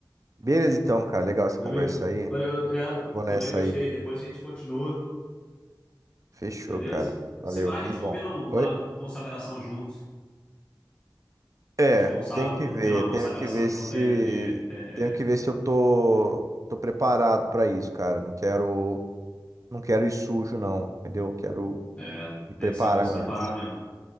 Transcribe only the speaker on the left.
Meu
amigo,
valeu. É,
também gostei.
Depois a gente continua,
beleza?
Se vai
a gente
combina uma,
uma consagração junto.
A gente consagra,
combina
uma consagração
junto
aí um dia. <laughs>
É,
tem que ser é bom se preparar
mesmo.